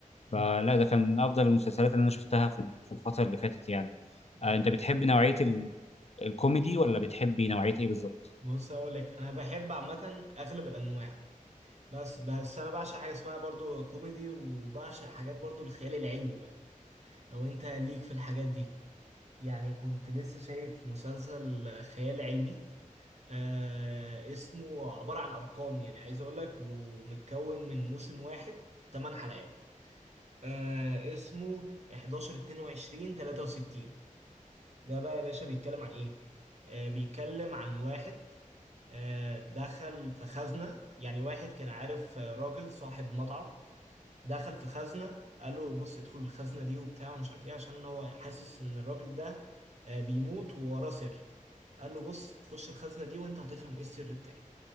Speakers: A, on the right; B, on the left.
A: امم
B: فلا ده كان من أفضل المسلسلات اللي أنا شفتها في في الفترة اللي فاتت يعني.
A: امم.
B: آه أنت بتحب نوعية ال- الكوميدي ولا بتحبي نوعية إيه بالظبط؟
A: بص اقول لك انا بحب عامه اغلب الانواع بس بس انا بعشق حاجه اسمها برضو كوميدي وبعشق حاجات برضو الخيال العلمي بقى لو انت ليك في الحاجات دي يعني كنت لسه شايف مسلسل خيال علمي آه اسمه عباره عن ارقام يعني عايز اقول لك ومتكون من موسم واحد 8 حلقات آه اسمه 11 22 63 ده بقى يا باشا بيتكلم عن ايه آه بيتكلم عن واحد آه دخل في خزنة يعني واحد كان عارف آه، راجل صاحب مطعم دخل في خزنة قال له بص ادخل الخزنة دي وبتاع ومش عارف ايه عشان هو حاسس ان الراجل ده آه بيموت ووراه سر قال له بص خش الخزنة دي وانت هتفهم ايه السر بتاعي